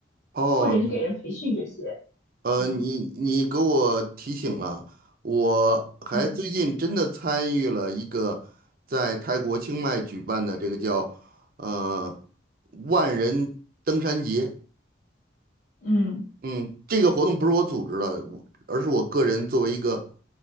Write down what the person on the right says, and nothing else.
哦，
呃，
你你给我提醒了，我还最近真的参与了一个在泰国清迈举办的这个叫呃
万人登山节。
嗯，这个活动不是我组织的，我而是我个人作为一个